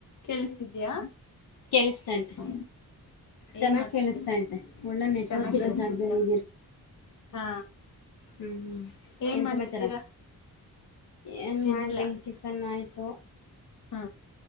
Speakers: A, on the left; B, on the left.
A: ಕೇಳಿಸ್ತಿದಯ
B: ಕೇಳಿಸ್ತಾ ಐತೆ
A: ಹಾ
B: ಚೆನ್ನಾಗಿ
A: ಏನ್ ಮಾಡ್ತಿದಿ
B: ಕೇಳಿಸ್ತಾ ಐತೆ ಒಳ್ಳೆ ನೆಟ್ವರ್ಕ್
A: ಚೆನ್ನಾಗಿ್
B: ಇರೋ
A: ಕೆೇಳಿಸ್ತಿದ್ಯಾ
B: ಜಾಗದಲ್ಲಿ
A: ಹಾ
B: ಹ್ಮ್ ಹ್ಮ್
A: ಏನ್
B: ಎನ್
A: ಮಾಡ್ತಿದ್ದೀರಾ
B: ಸಮಾಚಾರ ಏನು
A: ಏನಿಲ್ಲ
B: ಮಾಡಲಿ ಟಿಫನ್ ಆಯಿತು
A: ಹಾ